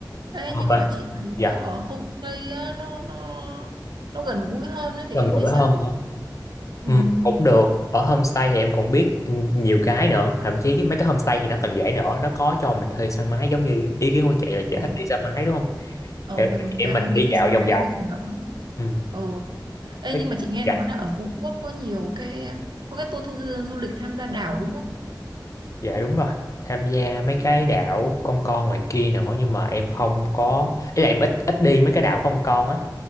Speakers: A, on the right; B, on the left.
A: Ê,
B: Không
A: nhưng
B: ạ.
A: mà chị thấy
B: dạ
A: ở homestay á, nó nó nó gần gũi hơn ấy, thì
B: gần
A: em
B: gũi
A: thấy sao?
B: hơn
A: Ừ.
B: Ừ, cũng được ở homestay thì em cũng biết nhiều cái nữa thậm chí với mấy cái homestay thì nó còn dễ nữa nó có cho mình thuê xe máy giống như ý kiến của chị là chị
A: Ờ.
B: thích đi xe máy đúng không
A: Ờ,
B: thì
A: mình
B: chị em
A: ra
B: mình
A: đấy mình
B: đi
A: đi
B: dạo
A: xe
B: vòng
A: máy
B: vòng
A: cho nó chủ động.
B: ừ.
A: Ờ. Ê,
B: có-
A: nhưng mà chị nghe
B: dạ
A: nói là ở Phú Quốc có nhiều cái có cái tour, tour du du lịch tham gia đảo đúng không?
B: dạ đúng rồi tham gia mấy cái đảo con con ngoài kia nữa nhưng mà em không có ý là em ít ít đi mấy cái đảo con con á